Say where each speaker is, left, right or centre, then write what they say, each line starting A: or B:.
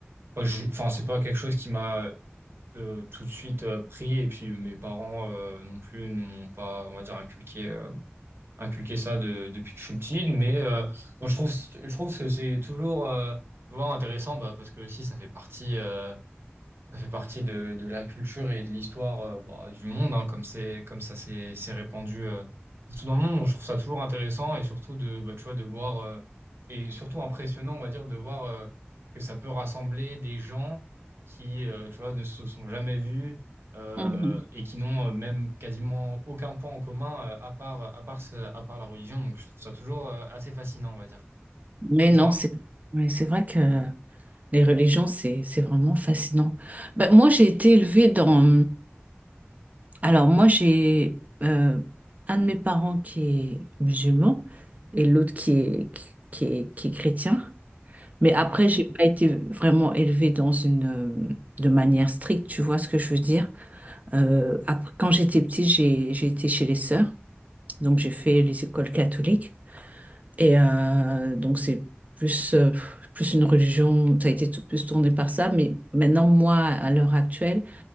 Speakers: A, on the right; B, on the right.
A: moi, je- enfin, c'est pas quelque chose qui m'a euh, tout de suite euh, pris. Et puis, mes parents euh, non plus n'ont pas, on va dire, inculqué. euh, inculqué ça de- depuis que je suis petit, mais euh, bon, je trouve, je trouve que c'est toujours euh, tu intéressant bah, parce que aussi ça fait partie. Euh, ça fait partie de, de la culture et de l'histoire euh, bah, du monde, hein, comme c'est comme ça c'est c'est répandu euh, partout dans le monde. Donc, je trouve ça toujours intéressant et surtout de bah, tu vois de voir euh, et surtout impressionnant, on va dire, de voir euh, que ça peut rassembler des gens qui euh, tu vois ne se sont jamais vus euh,
B: Mhm.
A: et qui n'ont euh, même quasiment aucun point en commun euh, à part à part ce- à part la religion. Donc je trouve ça toujours euh, assez fascinant, on va dire.
B: Mais
A: Et
B: non,
A: toi?
B: c'est mais c'est vrai que les religions, c'est c'est vraiment fascinant. Ben, moi, j'ai été élevée dans, Alors moi j'ai euh, un de mes parents qui est musulman et l'autre qui est, qui, qui est, qui est chrétien. Mais
A: D'accord?
B: après j'ai pas été vraiment élevée dans une euh, de manière stricte, tu vois ce que je veux dire. Euh, après, quand j'étais petite j'ai j'ai été chez les sœurs, donc j'ai fait les écoles catholiques et euh, donc c'est plus euh, plus une religion, ça a été tout- plus tourné par ça. Mais maintenant moi à l'heure actuelle